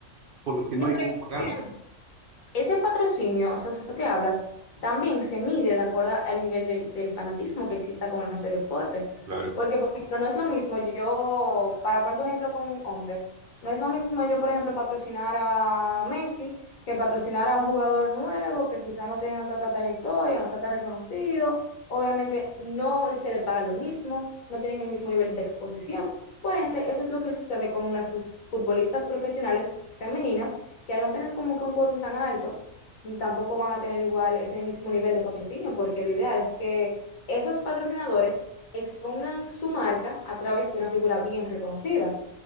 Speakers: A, on the right; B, on the left.
A: por lo que
B: No,
A: no hay
B: pero
A: cómo pagarlo.
B: Ese patrocinio, o sea, eso que hablas, también se mide de acuerdo al nivel del, del fanatismo que exista con ese deporte.
A: Claro,
B: Porque, por ejemplo, no es lo mismo yo, para poner tu ejemplo con hombres, no es lo mismo yo, por ejemplo, patrocinar a Messi que patrocinar a un jugador nuevo que quizás no tenga tanta trayectoria, no sea tan reconocido. Obviamente no se le paga lo mismo, no tienen el mismo nivel de exposición. Por ende, eso es lo que sucede con las fut- futbolistas profesionales femeninas que al no tener como que un quórum tan alto, tampoco van a tener igual ese mismo nivel de patrocinio, porque lo ideal es que esos patrocinadores expongan su marca a través de una figura bien reconocida,